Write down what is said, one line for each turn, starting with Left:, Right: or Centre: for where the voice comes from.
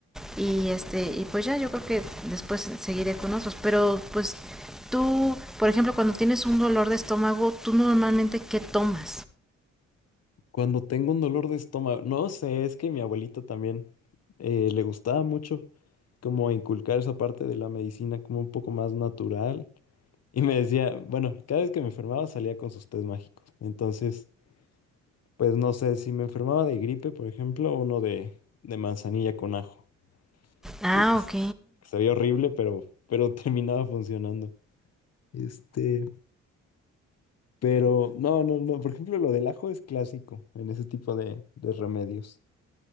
Centre: Y este, y pues ya yo creo que después seguiré con otros, pero pues tú, por ejemplo, cuando tienes un dolor de estómago, tú normalmente qué tomas?
Left: Cuando tengo un dolor de estómago, no sé, es que mi abuelita también eh, le gustaba mucho como inculcar esa parte de la medicina como un poco más natural. Y me decía, bueno, cada vez que me enfermaba salía con sus tés mágicos. Entonces, pues no sé, si me enfermaba de gripe, por ejemplo, uno de, de manzanilla con ajo,
Centre: Ah,
Left: que, que s-
Centre: ok.
Left: que sabía horrible, pero, pero <laughs> terminaba funcionando. Este, Pero no, no, no. Por ejemplo, lo del ajo es clásico en ese tipo de, de remedios.